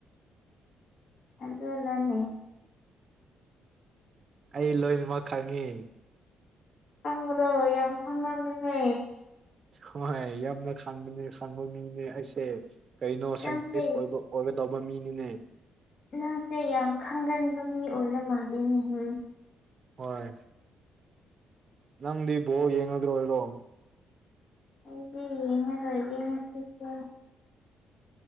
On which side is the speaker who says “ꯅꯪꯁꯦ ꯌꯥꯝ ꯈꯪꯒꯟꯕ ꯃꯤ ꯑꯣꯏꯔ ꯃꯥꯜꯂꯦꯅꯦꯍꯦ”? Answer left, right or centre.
Left